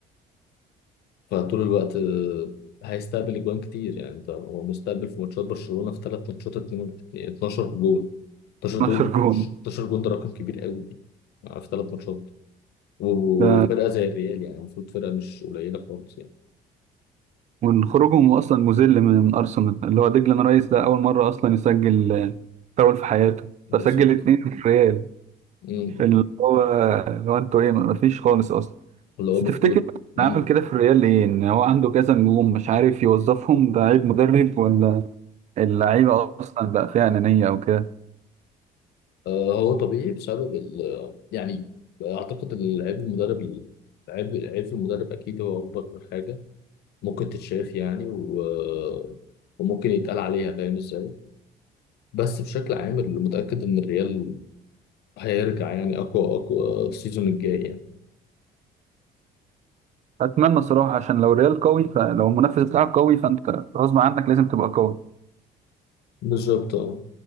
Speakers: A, on the left (about 75°); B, on the right (about 45°).
A: فطول الوقت آه، هيستقبل اجوان كتير يعني انت هو مستقبل في ماتشات برشلونة في ثلاث ماتشات اتنين- 12 جول 12 دول
B: 12 جون
A: 12 جول ده رقم كبير قوي يعني في ثلاث ماتشات وفرقة
B: ده
A: زي الريال يعني المفروض فرقة مش قليلة خالص يعني
B: من خروجهم أصلا مذل من من أرسنال اللي هو ديكلان رايس ده أول مرة أصلا يسجل آه، فاول في حياته
A: بالظبط
B: فسجل اتنين في الريال
A: مم.
B: اللي هو اللي هو أنتوا إيه مفيش خالص أصلا
A: اللي هو
B: بس
A: المفروض
B: تفتكر
A: مم.
B: أنا عامل كده في الريال ليه؟ إن هو عنده كذا نجوم مش عارف يوظفهم ده عيب مدرب ولا اللعيبة أصلا بقى فيها أنانية أو كده
A: آه، هو طبيعي بسبب ال يعني أعتقد إن عيب المدرب عيب عيب المدرب أكيد هو أكبر حاجة ممكن تتشاف يعني و... وممكن يتقال عليها فاهم إزاي بس بشكل عام اللي متأكد إن الريال هيرجع يعني أقوى أقوى السيزون الجاي يعني
B: اتمنى صراحه عشان لو ريال قوي فلو المنافس بتاعك قوي فانت غصب عنك لازم تبقى قوي
A: بالظبط آه.